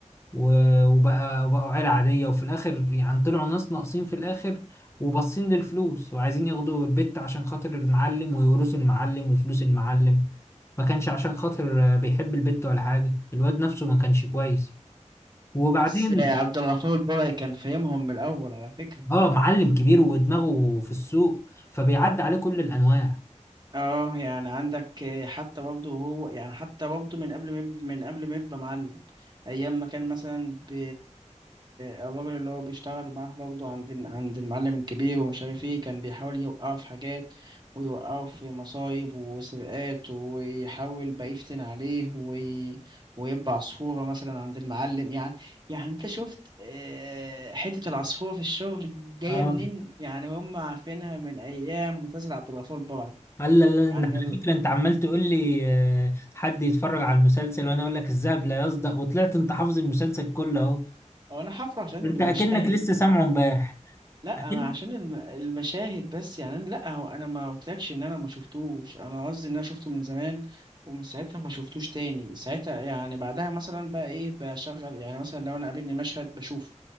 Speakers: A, on the left; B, on the right.
A: و- وبقى وبقوا عيلة عادية وفي الآخر يعني طلعوا ناس ناقصين في الآخر وباصين للفلوس وعايزين ياخدوا البت عشان خاطر المعلم ويورثوا المعلم وفلوس المعلم ما كانش عشان خاطر آه، بيحب البت ولا حاجة الواد نفسه ما كانش كويس وبعدين
B: بس آه، عبد الغفور البرعي كان فاهمهم من الأول على فكرة
A: اه معلم كبير ودماغه في السوق فبيعدي عليه كل الأنواع
B: اه يعني عندك آه، حتى برضه هو يعني حتى برضه من قبل ما يب- من قبل ما يبقى معلم ايام ما كان مثلا ب... الراجل اللي هو بيشتغل معاه برضه عند ال- عند المعلم الكبير ومش عارف ايه كان بيحاول يوقعه في حاجات ويوقعه في مصايب وسرقات ويحاول بقى يفتن عليه وي... ويبقى عصفورة مثلا عند المعلم يعني يعني انت شفت آه، حتة العصفورة في الشغل جاية
A: اه
B: منين يعني هم عارفينها من ايام مسلسل عبد الغفور البرعي
A: قال لا لا لا، إن
B: عن
A: على
B: ال...
A: فكرة انت عمال تقول لي آه، حد يتفرج على المسلسل وانا اقول لك الذهب لا يصدأ وطلعت انت حافظ المسلسل كله اهو
B: او انا حفله عشان
A: انت
B: المشاهد
A: اكنك لسه سامعه امبارح
B: لا
A: اكن
B: ما عشان الم... المشاهد بس يعني أنا... لا هو انا ما قلتلكش ان انا ما شفتوش انا قصدي ان انا شفته من زمان ومن ساعتها ما شفتوش تاني ساعتها يعني بعدها مثلا بقى ايه بشغل يعني مثلا لو انا قابلني مشهد بشوفه